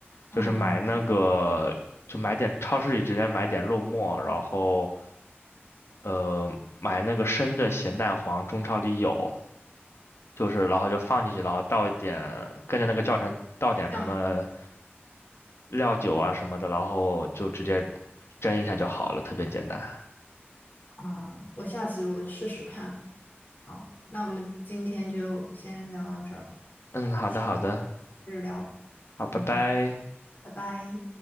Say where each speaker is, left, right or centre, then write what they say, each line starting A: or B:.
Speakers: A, on the left; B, on the left.
A: 嗯，
B: 就是买那个，就买点超市里直接买点肉末，然后呃买那个生的咸蛋黄，中超里有，就是然后就放进去，然后倒一点，跟着那个教程倒点什么
A: 酱油。
B: 料酒啊什么的，然后就直接蒸一下就好了，特别简单。
A: 嗯，我下次我试试看。好，那我们今天就先聊到这儿，
B: 嗯，好的好的，
A: 下次接着聊。
B: 好，拜拜。
A: 嗯，拜拜。